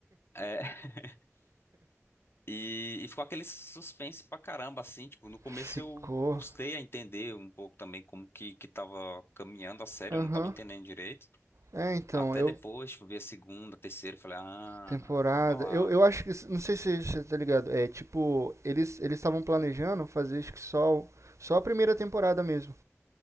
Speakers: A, on the left; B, on the right.
A: É, <laughs> e, e ficou aquele suspense pra caramba, assim, tipo, no começo
B: <laughs> Ficou.
A: eu custei a entender um pouco também como que, que tava caminhando a série,
B: Aham.
A: eu não tava entendendo direito.
B: É, então,
A: Até
B: eu
A: depois, tipo, vi a segunda, a terceira, eu falei, ah,
B: Temporada.
A: calma lá.
B: Eu, eu acho que. Não sei se você tá ligado. É tipo, eles eles estavam planejando fazer acho que só, o- só a primeira temporada mesmo.